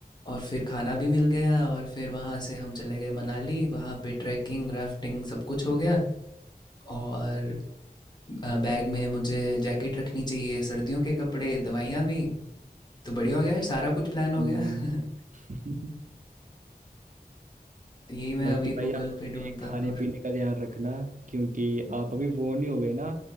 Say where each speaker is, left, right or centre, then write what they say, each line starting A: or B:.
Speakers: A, on the left (about 25°); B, on the right (about 50°).
A: और फिर खाना भी मिल गया और फिर वहाँ से हम चले गए मनाली वहाँ पे ट्रैकिंग राफ्टिंग सब कुछ हो गया और अ, बैग में मुझे जैकेट रखनी चाहिए सर्दियों के कपड़े दवाइयाँ भी तो बढ़िया हो गया यार सारा कुछ प्लान हो
B: हम्म
A: गया <laughs>
B: <laughs>
A: यही मैं
B: बाकी
A: अभी
B: भाई
A: गूगल
B: आप अपने
A: पे ढूंढता
B: खाने
A: तो
B: पीने का ध्यान रखना क्योंकि आप अभी वो नहीं हो गए ना